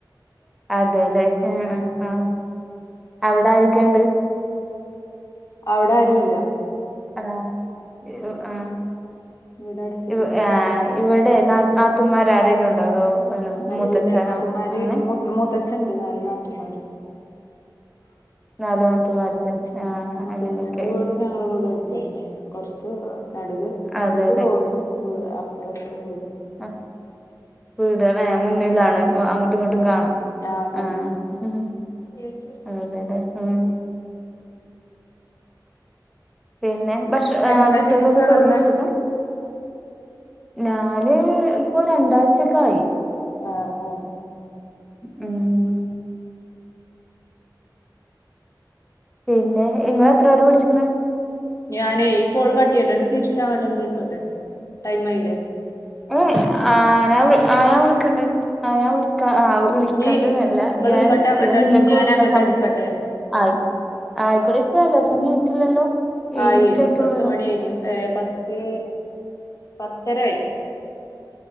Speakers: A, in the centre; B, on the left.
A: അതേലെ ഏ
B: ഉം.
A: ആ ആ അവടെ ആരെക്കെണ്ട്?
B: അവ്ടാരുല്ല.
A: അലാതെ ഉ ഏ
B: ഇവിടെ അടച്ചിട്ടേക്കും
A: ഉ ഏയ് ഇവിടെ നാ നാത്തൂൻമാർ ആരെലും ഉണ്ടോ അതോ വല്ല മൂത്തച്ഛനോ
B: ഇല്ല നാത്തൂമാര്
A: അങ്ങനെ
B: മൂത്തച്ഛണ്ട് നാല് നാത്തൂമാരും.
A: നാല് നാത്തൂൻമാരുംല്ലേ
B: ഉം
A: ആ
B: മുത്തച്ഛന്റെ
A: അങ്ങനെയൊക്കെ.
B: വീടും ഞങ്ങളെ വീടും അട്ത്തട്ത്തന്നെ കൊർച്ച് നട്ക് നടൂല്റോഡും
A: അതെല്ലേ
B: പ് അപ്ര ഇപ്രാം വീട്.
A: ആ വീട്ലേ മുന്നിലാണ്
B: ഉം
A: അങ്ങട്ടും
B: ഉം
A: ഇങ്ങട്ടും കാണാം
B: ആഹ് കാണും
A: ആ ഹ്.
B: <unintelligible>
A: അതേലെ ഉം. പിന്നെ ഭക്ഷ ആ
B: എന്നാ
A: കുട്ട്യക്കൊക്കെ
B: ഇതില് ചേർന്നെ
A: ചോറൊട്ത്തക്ക? ഞാന് ഇപ്പൊ രണ്ടായ്ചക്കായ്.
B: ആഹ് ആഹ്.
A: ഉം. പിന്നെ ഇങ്ങള് എത്ര വരെ പഠിച്ചിക്ക്ണ്?
B: ഞാനെ ഈ കോള് കട്ടയ്യട്ടേ ന്ന്ട്ട് തിര്ച്ചങ്ങട്ടൊന്ന് വിളിക്കട്ടെ ടൈം ആയില്ലേ?
A: ഏ ആ ഞാൻ ആ ഞാൻ വിളിക്കണ്ട് ആ ഞാൻ വിളിക്കാ ആ വിളിക്കണ്ട്ന്നല്ല
B: ഇനി നിങ്ങള്
A: ഞാൻ
B: ഇങ്ങട്ട് അങ്ങട്ട് അടിച്ച്
A: നിങ്ങക്ക്
B: ഇനി ഞാൻ
A: വിളിക്കാൻ
B: അങ്ങട്ട്
A: സമ
B: അടിക്കട്ടെ
A: ആയ് ആയിക്കോട്ടെ ഇപ്പലേ സമയായിട്ടില്ലല്ലോ? ഏഴ്
B: ആയെ
A: മിനിറ്റ് ആയിട്ടുള്ളല്ലോ
B: പത്ത് മണി കഴ്ഞ്ഞു ഏ പത്ത് പത്തരായി.